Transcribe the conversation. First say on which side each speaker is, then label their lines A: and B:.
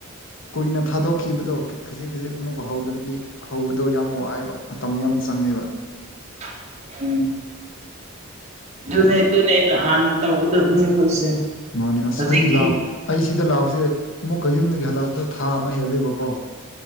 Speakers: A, on the left; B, on the right.
A: ꯀꯨꯏꯅ ꯊꯥꯗꯣꯛꯈꯤꯕꯗꯣ ꯈꯖꯤꯛ ꯈꯖꯤꯛ ꯑꯃꯨꯛ ꯍꯧꯗ꯭ꯔꯗꯤ ꯍꯧꯕꯗꯣ ꯌꯥꯝ ꯋꯥꯏꯕ ꯃꯇꯝ ꯌꯥꯝ ꯆꯪꯉꯦꯕ
B: <inaudible> ꯎꯝ ꯑꯗꯨꯅꯦ ꯑꯗꯨꯅꯦ ꯅꯍꯥꯟꯅ ꯇꯧꯒꯗꯕꯅꯦ ꯑꯩꯈꯣꯏꯁꯦ
A: ꯃꯥꯅꯦ ꯑꯁ
B: ꯍꯧꯖꯤꯛꯇꯤ
A: ꯑꯩ ꯂꯥꯛ ꯑꯩ ꯁꯤꯗ ꯂꯥꯛꯄꯁꯦ ꯑꯃꯨꯛꯀ ꯌꯨꯝꯗ ꯍꯜꯂꯛꯄꯗꯣ ꯊꯥ ꯑꯃ ꯍꯦꯜꯂꯦꯕꯀꯣ